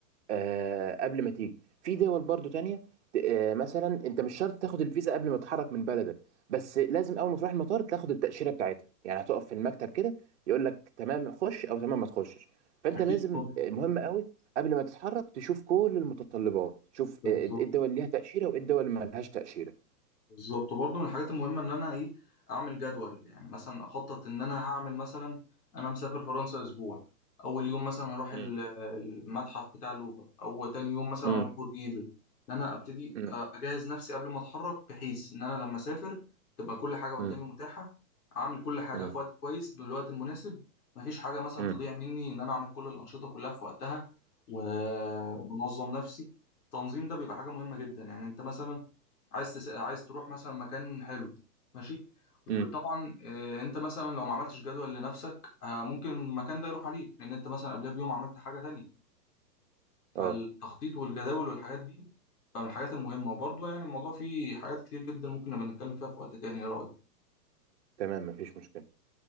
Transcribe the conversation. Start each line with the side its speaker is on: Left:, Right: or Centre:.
Right: آه قبل ما تيجي في دول برضو تانية آه مثلا انت مش شرط تاخد الفيزا قبل ما تتحرك من بلدك بس لازم اول ما تروح المطار تاخد التاشيره بتاعتها يعني هتقف في المكتب كده يقول لك تمام خش او تمام ما تخشش فانت
Left: أكيد
Right: لازم
Left: طبعا.
Right: آه، مهم قوي قبل ما تتحرك تشوف كل المتطلبات تشوف
Left: بالظبط
Right: آه، ايه الدول اللي ليها تاشيره وايه الدول اللي ما لهاش تاشيره
Left: بالظبط وبرضه من الحاجات المهمه ان انا ايه اعمل جدول يعني مثلا اخطط ان انا هعمل مثلا انا مسافر فرنسا اسبوع اول يوم مثلا هروح ال-
Right: مم.
Left: المتحف بتاع اللوفر او تاني يوم مثلا
Right: مم.
Left: هروح برج ايفل ان انا ابتدي
Right: مم.
Left: آه، اجهز نفسي قبل ما اتحرك بحيث ان انا لما اسافر تبقى كل حاجه قدامي
Right: مم.
Left: متاحه اعمل كل حاجه
Right: مم.
Left: في وقت كويس بالوقت المناسب مفيش حاجه مثلا
Right: مم.
Left: تضيع مني ان انا اعمل كل الانشطه كلها في وقتها و- ومنظم نفسي التنظيم ده بيبقى حاجه مهمه جدا يعني انت مثلا عايز تس... عايز تروح مثلا مكان حلو ماشي
Right: مم.
Left: وطبعا آه، انت مثلا لو ما عملتش جدول لنفسك آه، ممكن المكان ده يروح عليك لان انت مثلا قبلها بيوم عملت حاجه تانية فالتخطيط
Right: اه
Left: والجداول والحاجات دي من الحاجات المهمه وبرضه يعني الموضوع فيه حاجات كتير جدا ممكن نبقى نتكلم فيها في وقت تاني ايه رايك
Right: تمام مفيش مشكلة